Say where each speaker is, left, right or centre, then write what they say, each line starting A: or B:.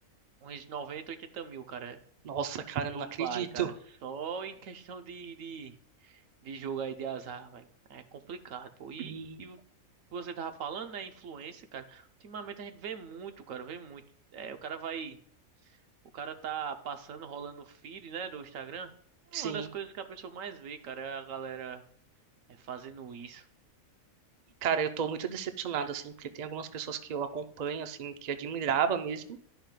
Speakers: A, on the right; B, on the right.
A: uns 90, 80 mil, cara,
B: Nossa, cara,
A: do
B: não acredito.
A: pai, cara, só em questão de, de, de jogo aí de azar, velho. É complicado, pô. E,
B: E,
A: e o que você tava falando, né? Influência, cara. Ultimamente a gente vê muito, cara, vê muito. É, o cara vai. O cara tá passando, rolando o feed, né, do Instagram. É uma
B: sim,
A: das coisas que a pessoa mais vê, cara, é a galera é fazendo isso.
B: cara, eu tô muito decepcionado, assim, porque tem algumas pessoas que eu acompanho, assim, que admirava mesmo.